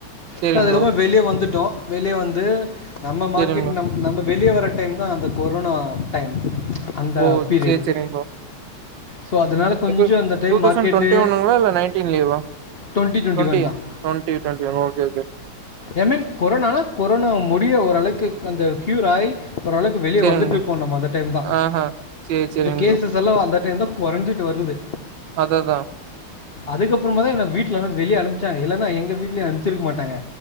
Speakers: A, on the right; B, on the left.
A: சேரிங்
B: சோ அதுக்கப்றோ
A: ப்ரோ
B: வந்துட்டோ வெளிய வந்து நம்ம மார்க்கெட்
A: சேரிங் ப்ரோ
B: நம் நம்ப வெளிய வர டைம் தா அந்த கொரோனா டைம் அந்த
A: ஓ
B: பீரியடு
A: சேர் சேரிங் ப்ரோ
B: ஸோ அதனால கொஞ்சம்
A: எப்டி
B: அந்த time
A: two thousand
B: market
A: twenty ஒன்னுங்ளா இல்ல நைன்டீன்லேவா
B: டுவெண்ட்டி டுவெண்ட்டி
A: ட்வொண்ட்டியா
B: ஒன் தான்
A: ட்வொண்ட்டி ட்வொண்டிஒன் ஒகே ஒகே
B: என்னக் கொரோனா கொரோனா முடிய ஓரளவுக்கு அந்த க்யூர் ஆய் ஓரளவுக்கு வெளியே
A: சேரிங்
B: வந்துட்ருக்கோ
A: ப்ரோ
B: நம்ம அந்த டைம் தா
A: ஆஹா சேரி சேரிங்
B: இந்த கேஸ்ஸஸ்
A: ப்ரோ
B: எல்லா அந்த டைம் தா கொறஞ்சிட்டு வருது
A: அத்தத்தா
B: அதுக்கப்புறமா தா என்ன வீட்லல்லா வெளிய அனுப்ச்சாங்க இல்லன்னா எங்வீட்லயு அனுப்ச்சிருக்க மாட்டாங்க